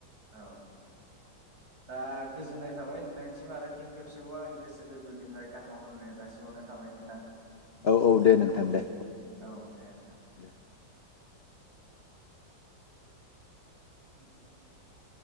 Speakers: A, on the right; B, on the left.
A: औ दा गोजोननाय थाबाय नोंथांसिम आरो फिन खेबसेयावबो आंनि गोसो गोरबोनिफ्राय गाहाम होलायनाय जासिहरनाय थाबाय नोंथां
B: औ -औ दे नोंथां दे
A: औ दे नोंथां
B: दे
A: <inaudible>